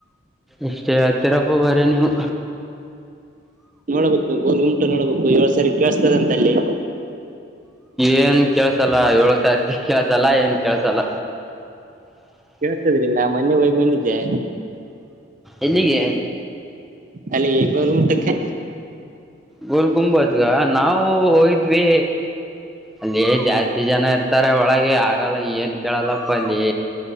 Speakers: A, in the centre; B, on the right.
A: ಎಷ್ಟೇ ಹತ್ತೀರಪ್ಪ ಬರೆ ನೀವು.
B: ನೋಡ್ಬೇಕು ಗೋಲ್ ಗುಮಟ ನೋಡ್ಬೇಕು ಏಳ ಸರಿ ಕೇಳ್ಸ್ತದ ಅಂತಲ್ಲಿ.
A: ಏನ್ ಕೆಳ್ಸಲ್ಲ ಏಳು ಸಾವಿ ಕೆಳ್ಸಲ್ಲ ಏನ್ ಕೆಳ್ಸಲ್ಲ.
B: ಕೇಳ್ಸ್ತದ್ರಿ ನಾ ಮೊನ್ನೆ ಹೋಗ್ ಬಂದಿದ್ದೆ.
A: ಎಲ್ಲಿಗೆ?
B: ಅಲ್ಲಿಗ್ ಗೋಲ್ ಗುಮುಟಕ್ಕೆ.
A: ಗೋಲ್ ಗುಂಬಜ್ ನಾವು ಹೋಗಿದ್ವಿ ಅಲ್ಲಿ ಜಾಸ್ತಿ ಜನ ಇರ್ತಾರೆ ಒಳಗೆ ಆಗಲ್ಲ ಏನ್ ಕೇಳಲ್ಲಪ್ಪ ಅಲ್ಲಿ.